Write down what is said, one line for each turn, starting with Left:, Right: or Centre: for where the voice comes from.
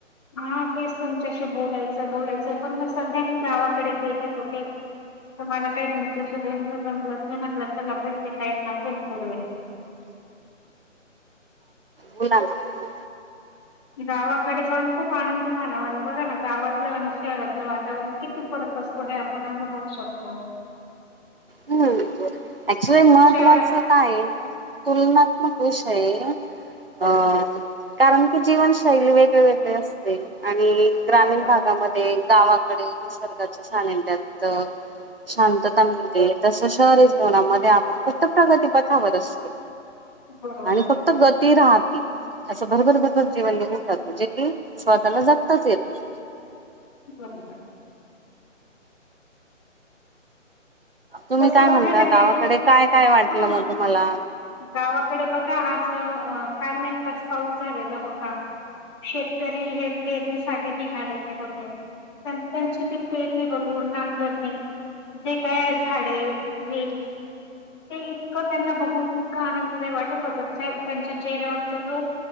Left: हा, तेच तुमच्याशी बोलायचं, बोलायचं पण मग सध्या मी गावाकडे गेले <unintelligible> होती. मला काही तुमच्याशीोध जमलंच नाही म्हटलं तरल आपण टाईमना फोन करूया <unintelligible>
Right: बलाला <unintelligible>
Left: गावाकडे जाऊन खूप आनंद झाला मला बघा ना, गावातलं आणि शहरातलं वातावरण किती- फरक असतो, हे आपण होऊ शकतो.
Right: हम्म ऍक्च्युली महत्वाचं
Left: शहरात
Right: काय तुलनात्मक विषय- अ.. कारण की जीवनशैली वेगळी वेगळी अस- ते आणि ग्रामीण
Left: बरोबर
Right: भागामध्ये, गावाकडे, निसर्गाचे सानिध्यात - शांतता मिळते, तसं शहरा- मधे आपण फक्त प्रगतीपथावर <unintelligible> असतो
Left: बरोबर
Right: आणि फक्त- ती राहते, असं भरभर भरभर जीवन <unintelligible> लिवून जातं जे की स्वतःला जगताच येत नाही.
Left: बर सर <unintelligible>
Right: तुम्ही
Left: तसं
Right: काय म्हणता,
Left: बघायला
Right: गावाकडे
Left: गेलं
Right: काय काय वाटलं
Left: हा
Right: मग तुम्हाला?
Left: गावाकडे बघा आज काल नेमकाच पाऊस झालेला होता. शेतकरी हे फेरणीसाठी निघालेले होते. त्यां त्यांची ते पेरणी बघून, नांगरणी जे काय आहे- झाडे, वेली ते इतकं त्यांना बघून- इतका आनंददाय वाटत होत, त्यांच्या चेहऱ्यावरचा जो-